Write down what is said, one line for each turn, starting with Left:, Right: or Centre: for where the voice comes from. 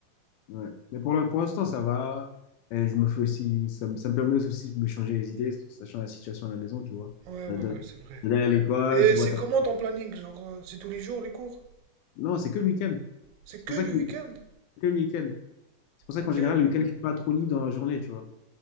Left: Ouais. Mais pour le- pour l'instant, ça va. Et je me fais aussi, ça me, ça me permet aussi de me changer les idées, sachant la situation à la maison, tu vois.
Right: Ouais, ouais,
Left: De- de-
Right: ouais, c'est vrai.
Left: D'aller à l'école,
Right: Et
Left: tu
Right: c'est
Left: vois. t'as-
Right: comment ton planning? Genre, euh, c'est tous les jours les cours?
Left: Non, c'est que le week-end.
Right: C'est
Left: C'est
Right: que
Left: pour
Right: le
Left: ça que,
Right: week-end?
Left: que le week-end. C'est pour ça
Right: Ok.
Left: qu'en général, le week-end, je suis pas trop libre dans la journée, tu vois.